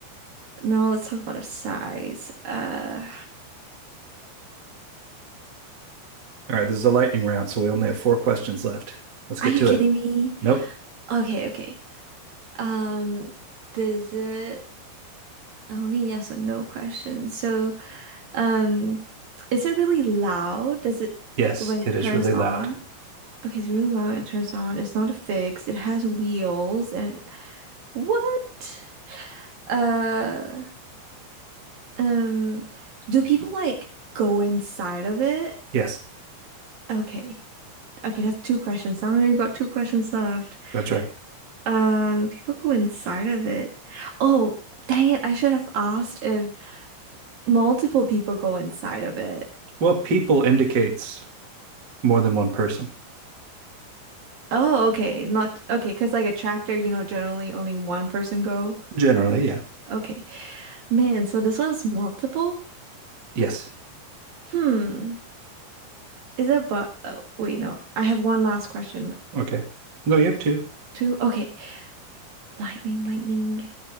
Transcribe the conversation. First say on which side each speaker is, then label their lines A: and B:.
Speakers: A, on the right; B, on the right.
A: now let's talk about its size. Uh,
B: All right, this is a lightning round, so we only have four questions left. Let's get
A: are you
B: to
A: kidding
B: it.
A: me?
B: Nope.
A: Okay, okay. Um, does it oh, only yes or no question. So, um, is it really loud? Does it
B: Yes,
A: when it
B: it is
A: turns
B: really loud.
A: on? Okay, it's really loud when it turns on. It's not fixed. It has wheels and what? Uh, Um, do people like go inside of it?
B: Yes,
A: Okay. Okay, that's two questions. I've only got two questions left.
B: that's right.
A: Um, people go inside of it. Oh, dang it. I should have asked if multiple people go inside of it.
B: Well, people indicates more than one person.
A: Oh, okay. Not okay, because like a tractor, you know, generally only one person go.
B: Generally, yeah.
A: Okay. Man, so this one's multiple?
B: Yes.
A: Hmm. Is it but oh, wait, no. I have one last question.
B: Okay. No, you have two.
A: Two. Okay. Lightning, lightning.